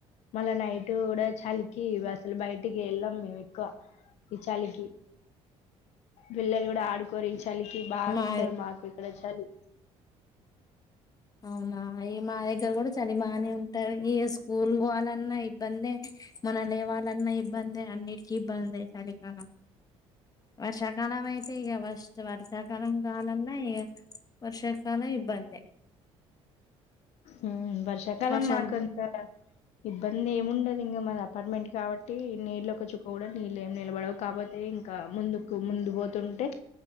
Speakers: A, on the left; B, on the left.
A: మళ్ళా నైట్ కూడా చలికి అసలు బయటికి వెళ్ళాం మేము ఎక్కువ ఈ చలికి పిల్లలు కూడా ఆడుకోరు చలికి బాగుంటది
B: మా
A: మాకు ఇక్కడ చలి
B: అవునా ఇగ మా దగ్గర కూడా కానీ మా అని ఉంటారు ఇగ స్కూల్ వాళ్ ఎట్లన్నా ఇబ్బందే మనం లేవాలన్నా ఇబ్బందే అన్నిటికి ఇబ్బందే చలికాలం వర్షాకాలం అయితే ఇగ ఫస్ట్ వర్షాకాలం రావలన్నా ఇగ వర్షాకాలం ఇబ్బందే
A: మ్మ్ వర్షాకాలం
B: వర్షాలు
A: మాకు అంత ఇబ్బంది ఏమ్ ఉండదు ఇంగా మాది అపార్ట్మెంట్ కాబట్టి నీళ్ళు ఒక చుక్క కూడా నీళ్ళు ఏం నిలబడవు కాకపోతే ఇంకా ముందుకు ముందు పోతుంటే